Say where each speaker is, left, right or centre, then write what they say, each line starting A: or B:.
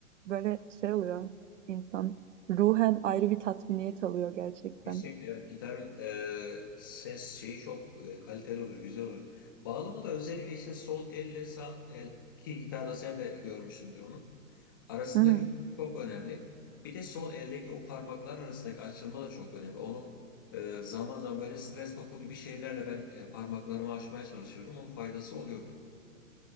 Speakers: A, on the right; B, on the left.
A: böyle şey oluyor insan ruhen ayrı bir tatminiyet alıyor gerçekten.
B: Kesinlikle evet gitarın e, ses şeyi çok e, kaliteli olur, güzel olur. Bağlama da özellikle işte sol elle sağ el ki gitarda sen de görmüşsündür onu. Arasındaki
A: <laughs>
B: uyum çok önemli. Bir de sol eldeki o parmaklar arasındaki açılma da çok önemli. Onu e, zaman zaman böyle stres topu gibi şeylerle ben e, parmaklarımı açmaya çalışıyordum. Onun faydası oluyordu.